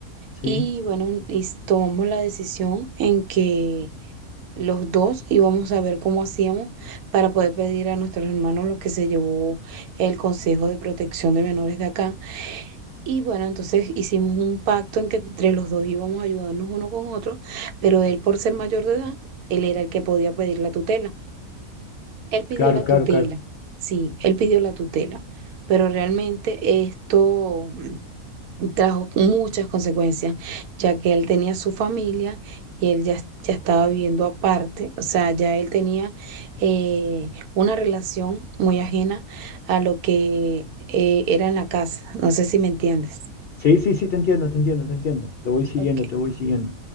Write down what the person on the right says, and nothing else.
y bueno, y s- tomamos la decisión en que los dos íbamos a ver cómo hacíamos para poder pedir a nuestros hermanos lo que se llevó el Consejo de Protección de Menores de acá y bueno, entonces hicimos un pacto en que entre los dos íbamos a ayudarnos uno con otro, pero él por ser mayor de edad, él era el que podía pedir la tutela. Él pidió
la tutela,
sí, él pidió la tutela, pero realmente esto mm, trajo muchas consecuencias, ya que él tenía su familia y él ya, ya estaba viviendo aparte, o sea, ya él tenía eh, una relación muy ajena a lo que eh, era en la casa, no sé si me entiendes.
Ok,